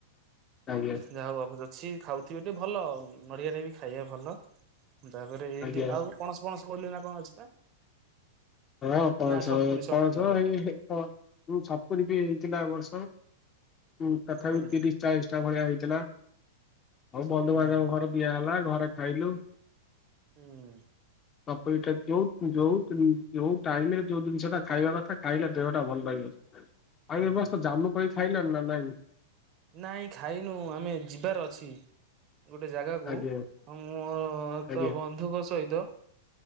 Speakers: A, on the left; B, on the right.
A: ଆଜ୍ଞା
B: ଯାହା ହଉ <unintelligible> ଅଛି ଖାଉଥିବେ ଯେ ଭଲ ଉଁ ନଡିଆଟା ବି ଖାଇଆ ଭଲ। ଦାପରେ ଏଇଦି
A: ଆଜ୍ଞା
B: ଆଉ ପଣସ ଫଣସ କହୁଥିଲେ ନା କଁ ଅଛି ପା।
A: ହଁ ପଣସ
B: ନା ସମ୍ପୁରୀ ସମ୍ପୁରୀ
A: ପଣସ
B: କହିଲେ
A: ହେଇ ହେ ପ ଉଁ ସପୁରି ବି ଥିଲା ଏ ବର୍ଷ ଉଁ ତଥାପି
B: ହୁଁ ହୁଁ
A: ତିରିଶ ଚାଳିଶଟା ଭଳିଆ ହେଇଥିଲା ଆଉ ବନ୍ଧୁବାନ୍ଧବ
B: ହୁଁ
A: ଘର ଦିଆ ହେଲା ଘରେ ଖାଇଲୁ।
B: ହୁଁ
A: ଅପୁରୀଟା ଯୋଉ ଯୋଉ ତିଲ୍ ଯୋଉ ଟାଇମରେ ଯୋଉ ଜିନିଷଟା ଖାଇବା କଥା ଖାଇଲେ ଦେହଟା ଭଲ ରହିବ ଆଉ
B: ହୁଁ
A: ଏ ବର୍ଷ
B: ହୁଁ।
A: ଜାମୁ କୋଳି ଖାଇଲଣି ନା ନାଇଁ।
B: ନାଇଁ ଖାଇନୁ ଆମେ ଯିବାର ଅଛି। ଗୋଟେ ଜାଗାକୁ
A: ଆଜ୍ଞା
B: ଆଉଁ ମୋର ଏକ
A: ଆଜ୍ଞା
B: ବନ୍ଧୁଙ୍କ ସହିତ